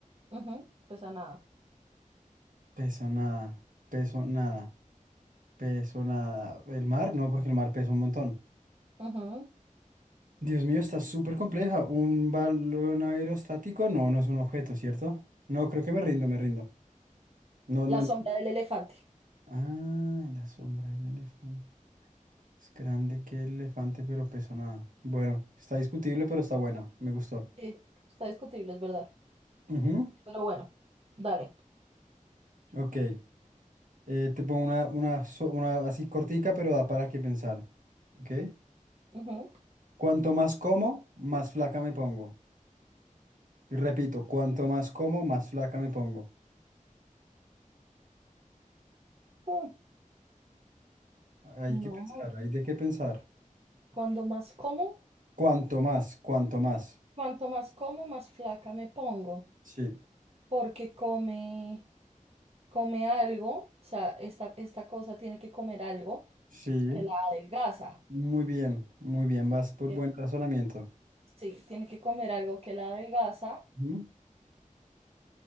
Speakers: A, on the right; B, on the right.
A: Ujú, Pesa nada.
B: Peso nada. Peso nada. Peso nada. ¿El mar? No, porque el mar pesa un montón.
A: Ujú.
B: Dios mío, está súper compleja. Un balón aerostático, no, no es un objeto, ¿cierto? No, creo que me rindo, me rindo. No,
A: La
B: no.
A: sombra
B: ent-
A: del elefante.
B: Ah, la sombra del elefante. Es grande que el elefante, pero pesa nada. Bueno, está discutible, pero está buena. Me gustó.
A: Sí, está discutible, es verdad.
B: Ujú,
A: Pero bueno, dale.
B: Ok. Eh, te pongo una, una, so- una así cortica, pero da para qué pensar. Ok.
A: Ujú.
B: Cuanto más como, más flaca me pongo. Y repito, cuanto más como, más flaca me pongo.
A: Mm,
B: Hay
A: No,
B: que pensar, hay de qué pensar.
A: cuando más como,
B: Cuanto más, cuanto más.
A: cuanto más como, más flaca me pongo,
B: Sí,
A: porque come, come algo, o sea, esta, esta cosa tiene que comer algo
B: sí.
A: que la adelgaza.
B: Muy bien, muy bien. Vas por
A: ¿cierto?
B: buen razonamiento.
A: Sí, tiene que comer algo que la adelgaza,
B: Ujú,